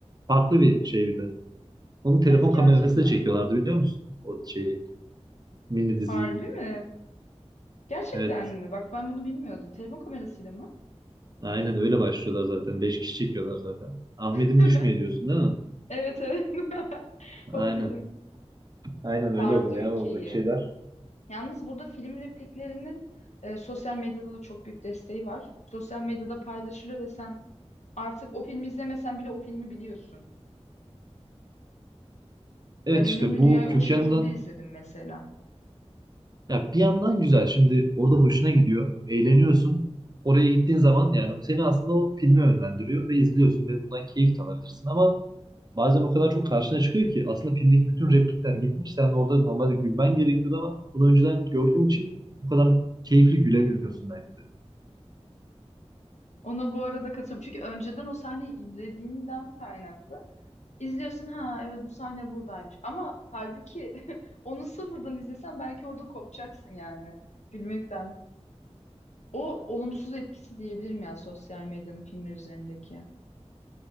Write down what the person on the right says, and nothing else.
Farklı bir şey bir de. Onu telefon
kamerasıyla çekiyorlardı biliyor musun? O şeyi mini diziyi.
Evet
aynen öyle başlıyorlar zaten. Beş kişi çekiyorlar zaten. Ahmet'im
düşmeye diyorsun değil mi?
Aynen.
Aynen
öyle oluyor
ya oradaki şeyler.
Evet
işte bu
kötü
yanından
Ya bir yandan güzel. Şimdi orada hoşuna gidiyor. Eğleniyorsun. Oraya gittiğin zaman yani seni aslında o filme yönlendiriyor ve izliyorsun ve bundan keyif de alabilirsin ama bazen o kadar çok karşına çıkıyor ki aslında filmdeki bütün replikler gitmiş. Sen orada normalde gülmen gerekiyordu ama bunu önceden gördüğün için o kadar keyifli gülemiyorsun belki de.